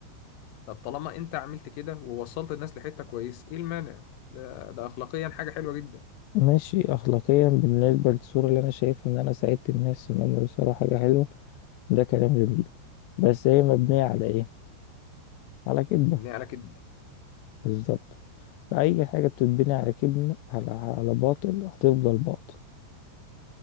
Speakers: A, on the left (about 60°); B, on the left (about 80°).
A: طب طالما انت عملت كده ووصلت الناس لحتة كويس ايه المانع ده ده اخلاقيا حاجة حلوة جدا
B: ماشي اخلاقيا بالنسبه للصوره اللي انا شايف ان انا ساعدت الناس ان هم يوصلوا حاجه حلوه ده كلام جميل بس هي مبنيه على ايه على كذبه
A: يعني على كده
B: بالظبط اي حاجه بتتبني على كذب على على باطل هتفضل باطل